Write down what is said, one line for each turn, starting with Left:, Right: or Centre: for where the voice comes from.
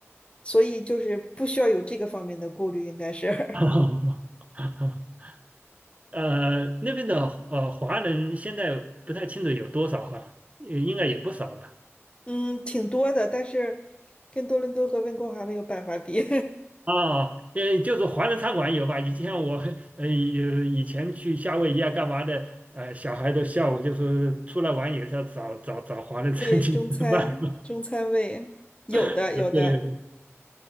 Left: 所以就是不需要有这个方面的顾虑，应该是，<laughs>
Right: <laughs> 呃，那边的呃华人现在不太清楚有多少哈，呃应该也不少吧。
Left: 嗯，挺多的。但是跟多伦多和温哥华没有办法比。
Right: 啊，呃，就是华人餐馆有吧？以前我呃以以前去夏威夷啊，干嘛的？呃，小孩都笑我，就是出来玩也是要找找找华人餐厅吃饭。
Left: <laughs> 对，中餐中餐味有的有的，
Right: <laughs> 啊，对对对，